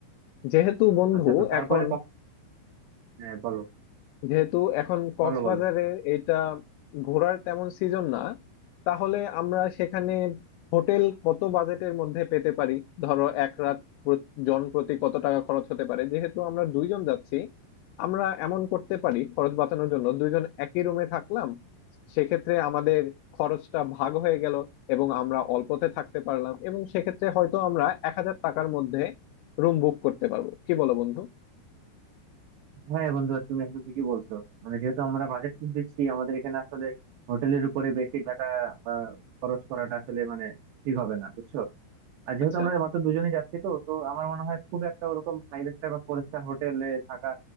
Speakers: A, on the left; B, on the right.
A: যেহেতু বন্ধু
B: আচ্ছা তো তারপরে
A: এখন
B: কক্স হ্যাঁ বলো
A: যেহেতু এখন কক্সবাজারে
B: বলো বলো
A: এটা ঘোরার তেমন সিজন না তাহলে আমরা সেখানে হোটেল কত বাজেটের মধ্যে পেতে পারি ধরো এক রাত প্র- জন প্রতি কত টাকা খরচ হতে পারে যেহেতু আমরা দুইজন যাচ্ছি আমরা এমন করতে পারি খরচ বাঁচানোর জন্য দুইজন একই রুমে থাকলাম সেক্ষেত্রে আমাদের খরচটা ভাগ হয়ে গেল এবং আমরা অল্পতে থাকতে পারলাম এবং সেক্ষেত্রে হয়তো আমরা এক হাজার টাকার মধ্যে রুম বুক করতে পারবো কি বলো বন্ধু
B: হ্যাঁ বন্ধু তুমি এখন ঠিকই বলছো মানে যেহেতু আমরা বাজেট দিচ্ছি আমাদের এখানে আসলে হোটেলের উপরে বেশি টাকা আহ, খরচ করাটা আসলে মানে ঠিক হবে না বুঝছো আর যেহেতু
A: আচ্ছা
B: আমরা মাত্র দুজনেই যাচ্ছি তো তো আমার মনে হয় খুব একটা ওরকম ফাইভ স্টার বা ফোর স্টার হোটেলে থাকা